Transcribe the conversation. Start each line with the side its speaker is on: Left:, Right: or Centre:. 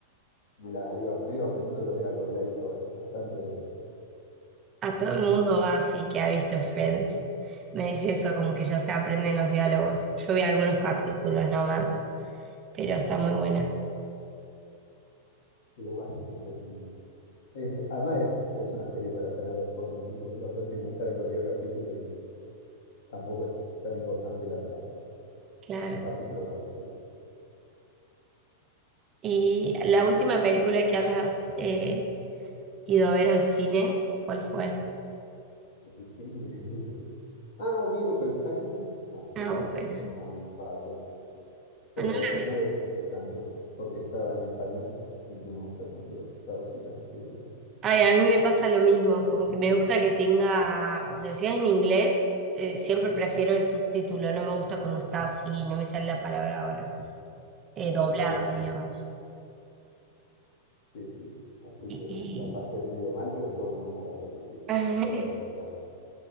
Left: me las iba, me iba aprendiendo los diálogos, la he visto bastantes veces.
Right: A todo el mundo va así que ha visto Friends. Me dice eso, como que ya se aprenden los diálogos. Yo vi algunos capítulos nomás, pero está muy buena,
Left: Y es bastante entretenida. Es- además es, es una serie para tener de fondo, tipo, la puedes enganchar en cualquier capítulo y tampoco es tan importante la trama,
Right: claro.
Left: en capítulo a capítulo.
Right: ¿Y la última película que hayas eh, ido a ver al cine, cuál fue?
Left: El cine. <laughs> Ah, vi Oppenheimer hace,
Right: Ah, Oppenheimer.
Left: eso ya un rato, pero
Right: Ah, no la vi.
Left: no le disfruté tanto, porque estaba en español y no me gusta tanto traducida las películas,
Right: Ay, a mí me pasa lo mismo, como que me gusta que tenga, o sea, si es en inglés, eh, siempre prefiero el subtítulo, no me gusta cuando está así, no me sale la palabra ahora, eh, doblada,
Left: pero doblada,
Right: digamos.
Left: sí, sí. Así
Right: Y,
Left: que la pasé medio mal, pero estuvo muy buena la película, sí,
Right: y-
Left: tampoco la pasé
Right: <laughs>
Left: tan